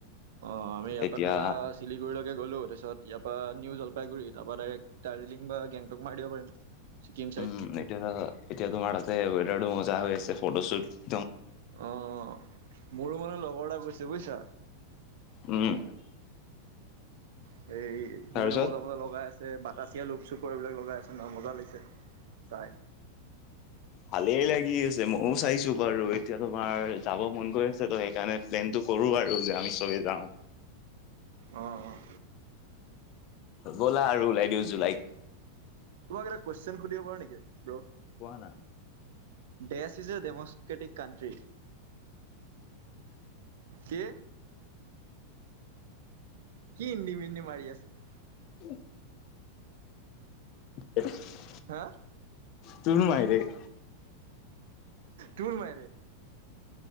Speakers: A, on the right (about 55°); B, on the left (about 40°).
A: অ আমি ইয়াৰ
B: এতিয়া
A: পৰা ধৰা চিলিগুৰিলৈকে গ'লো তাৰপিছত তেতিয় পৰাা নিউ জলপাইগুৰি তাৰপ পৰা ডাইৰেক্ট দাৰ্জিলিং বা গেংটক মাৰ দিব পাৰিম। ছিকিম চাইড
B: উম নিতি এতিয়া <unintelligible> তে ৱেদাৰ টো মজা হৈ আছে। ফটো চুট <unintelligible>
A: অ মোৰো মানে লগৰ এটা গৈছে বুজিছা।
B: উম
A: সেই সমানে
B: তাৰপিছত
A: মজা মজা লগাই আছে ব কাচিয়া লোপচুপ এইবিলাক লগাই আছে ন মজা লাগিছে চাই
B: ভালেই লাগি আছে ময়ও চাইছো বাৰু এতিয়া তোমাৰ যাব মন কৰি আছে ত সেইকাৰণে প্লেনতটো কৰো আৰু যে আমি চবে যাওঁ
A: অ' অ'
B: গ'লা আৰু ওলাই দিও জুলাইত
A: তোমাক এটা কুৱেশন সুধিব পাৰা নেকি ব্ৰ
B: কোৱা ন,
A: দেশ ইজ এ ডেমক্ৰেটিক কণ্ট্ৰি। কে কি ইডিমণ্ডি মাৰি আছে।
B: উম। <inaudible>
A: হা
B: তুনাই দে <unintelligible>
A: তুৰ মাইৰে